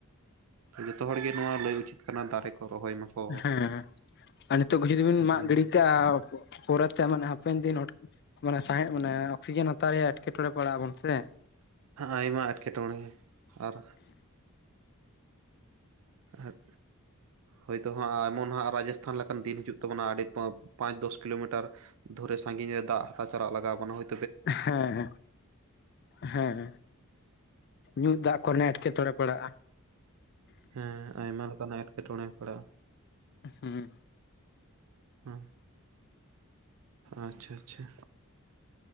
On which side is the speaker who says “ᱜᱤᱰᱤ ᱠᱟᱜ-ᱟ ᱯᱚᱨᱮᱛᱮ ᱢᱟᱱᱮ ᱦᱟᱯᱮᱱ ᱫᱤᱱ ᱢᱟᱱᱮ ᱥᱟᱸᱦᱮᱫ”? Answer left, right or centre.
Left